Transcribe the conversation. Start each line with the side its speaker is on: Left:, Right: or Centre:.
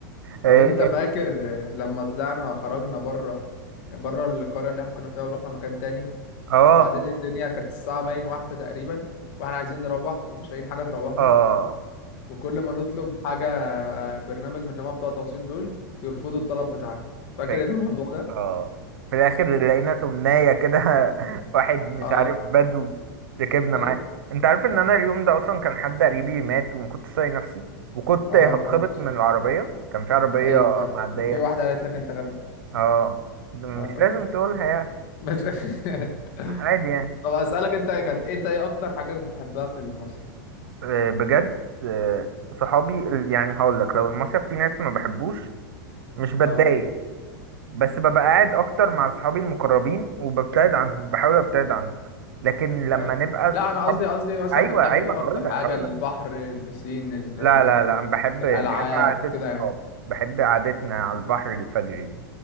Right: اه
Left: طب انت فاكر لما طلعنا خرجنا بره بره القريه اللي احنا كنا فيها ورحنا مكان تاني
Right: اه
Left: وبعدين الدنيا كانت الساعه باين واحده تقريبا واحنا عايزين نروح ومش لاقيين حاجه تروحنا
Right: آه.
Left: وكل ما نطلب حاجة آه، برنامج من اللي هما بتوع توصيل دول يرفضوا الطلب بتاعنا فاكر
Right: يا
Left: الموضوع ده؟
Right: اه في الاخر لقينا تمناية كده <laughs> واحد مش
Left: اه
Right: عارف بدو ركبنا
Left: ايوه
Right: معاه انت عارف ان انا اليوم ده اصلا كان حد قريبي مات وما كنتش طايق نفسي وكنت
Left: اه
Right: هتخبط
Left: فاكر
Right: من العربية كان في عربية
Left: ايوه فاكر
Right: معدية
Left: وفي واحدة قالت لك انت غبي
Right: اه مش
Left: اه فاكر
Right: لازم تقولها
Left: فاكر
Right: يعني
Left: مش <laughs>
Right: عادي يعني
Left: طب اسألك انت كانت انت ايه اكتر حاجة بتحبها في المصيف؟
Right: آه، بجد آه، صحابي ال- يعني هقول لك لو المصيف في ناس ما بحبوش مش بتضايق
Left: اه
Right: بس ببقى قاعد اكتر مع صحابي المقربين وببتعد عنهم بحاول ابتعد عنهم لكن لما
Left: فاهم
Right: نبقى الصحاب
Left: لا انا قصدي قصدي مثلا
Right: ايوه
Left: بتحب
Right: ايوه
Left: ايه اكتر
Right: هقول لك
Left: حاجة
Right: هقول
Left: البحر
Right: لك
Left: البسين ال...
Right: لا
Left: ال...
Right: لا لا انا بحب
Left: الالعاب
Right: بحب قعدة
Left: كده
Right: الصحاب
Left: يعني
Right: بحب قعدتنا على البحر الفجر دي